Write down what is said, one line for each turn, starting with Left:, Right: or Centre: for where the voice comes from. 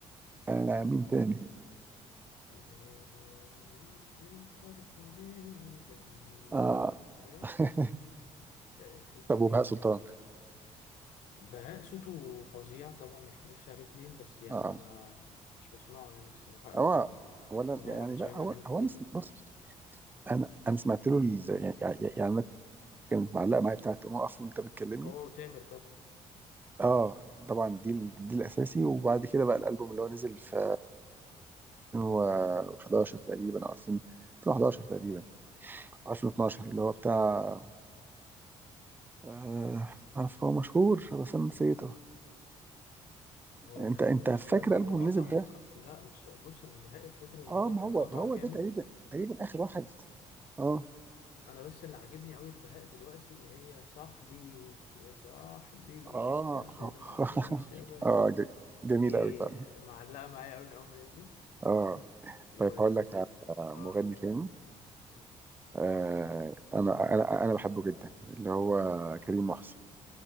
Right: انا مين تاني
Left: اللي هي داني من حرف داني لما
Right: اه
Left: فاهم؟
Right: <laughs>
Left: ك- كانت
Right: طب
Left: لذيذة
Right: وبهاء سلطان
Left: بهاء صوته فظيع طبعا ما يختلفش عليه اتنين بس يعني
Right: اه
Left: ما مش بسمعه يعني الصراحة أوي
Right: هو
Left: يعني
Right: اولا
Left: إن هو
Right: يعني
Left: ما كانش
Right: لا
Left: بيعمل
Right: هو
Left: أغاني كتير
Right: هو انا
Left: يعني
Right: بص انا انا سمعت له ال- يعني يعني يعني انا كانت معلقه معايا بتاعت قوم اقف وانت بتكلمني
Left: هو وتامر طبعا
Right: اه طبعا دي ال- دي الاساسي وبعد كده بقى الالبوم اللي هو نزل في 2011 تقريبا او 2000 2011 تقريبا أو 2012 اللي هو بتاع آه عارف هو مشهور بس انا نسيته
Left: هو
Right: انت
Left: بهاء
Right: انت
Left: المشكلة
Right: فاكر
Left: إن هو
Right: الالبوم
Left: قطع
Right: اللي نزل ده
Left: لا مش بص أنا بهاء الفكرة إن
Right: اه
Left: هو
Right: ما
Left: كان
Right: هو
Left: قطع
Right: هو
Left: جامد
Right: ده تقريبا تقريبا اخر واحد اه
Left: أنا بس اللي عاجبني أوي البهاء دلوقتي اللي هي صاحبي يا صاحبي
Right: اه
Left: خلي لوحدك
Right: <laughs>
Left: شبهي
Right: اه ج- جميل
Left: دي
Right: قوي فعلا
Left: معلقة معايا أوي من أول ما نزلت
Right: اه
Left: و
Right: طيب هقول لك على
Left: آه
Right: مغني تاني
Left: قول
Right: آه، انا انا انا بحبه جدا اللي هو كريم محسن